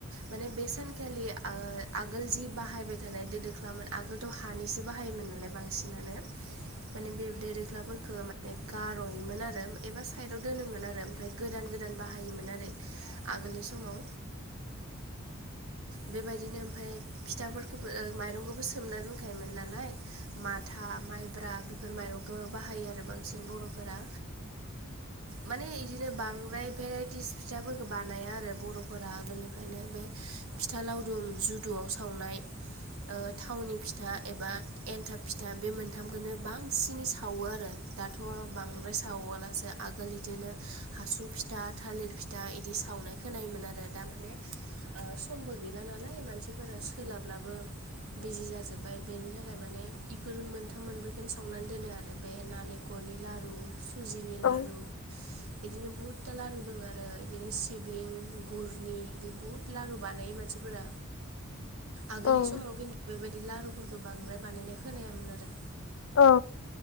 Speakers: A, on the right; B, on the left.
A: माने बे सानखालि आगोल जि बाहायबाय थानाय दो दोखलामोन आगोलथ' हानिसो बाहायोमोन नालाय बांसिनानो माने बे दो गख्लाफोरफोरखौ माने गार'योमोन आरो एबा साइदाव दोनोमोन आरो ओमफ्राय गोदान गोदान बाहायोमोन आरो आगोलनि समाव बेबायदिनो ओमफ्राय फिथाफोरखौबो माइरंखौबो सोमना दोनखायोमोन नालाय माथा माइब्रा बेफोर माइरंखौ बाहायो आरो बांसिन बर'फोरा
B: <inaudible>
A: माने बिदिनो बांद्राय भेराइटिस फिथाफोरफोरखौ बानाया आरो बर'फोरा आगोलनिफ्रायनो बे फिथा लावदुम जुदुआव सावनाय थावनि फिथा एबा एन्थाब फिथा बे मोनथामखौनो बांसिनै सावो आरो दाथ' बांद्राय सावालासो आगोल बिदिनो हासुं फिथा थालिर फिथा दा इदि सावनाय खोनायोमोन आरो दा माने समबो गैला नालाय मानसिफोरा सोलाबलाबो बिजि जाजोब्बाय बेनि थाखाय माने इफोर मोनथाम मोनब्रैखौनो सावनानै दोनो आरो आरो बे नालिखरनि लारु सुजिनि लारु
B: औ
A: बिदिनो बहुतथा लारु दं आरो बिदिनो सिबिं गुरनि इदि बहुत लारु बानायो मानसिफोरा।
B: औ
A: आगोलनि समाव खिन्थु बेबायदि लारुफोरखौ बांद्राय बानायनाय खोनायामोन आरो।
B: औ